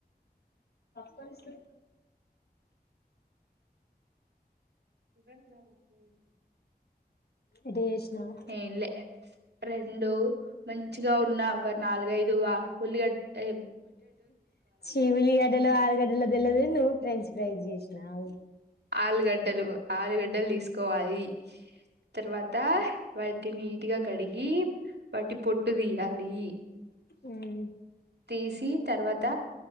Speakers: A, on the left; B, on the right.
A: సప్పరిస్తు మరి
B: <unintelligible>
A: ఎట్టా జేసినవ్
B: ఏంలే రెండు మంచిగా ఉన్నా ఒక నాలుగైదు అ ఉల్లిగడ్డ అ
A: చి ఉలిగడ్డలో ఆలుగడ్డలో తెలువదు గాని నువ్వు ఫ్రెంచ్ ఫ్రైజ్ చేసినావు
B: ఆలుగడ్డలు ఆరుగడ్డలు తీసుకోవాలి తర్వాత వాటిని నీట్గా కడిగి వాటి పొట్టు తీయాలి
A: ఉమ్
B: తీసి తర్వాత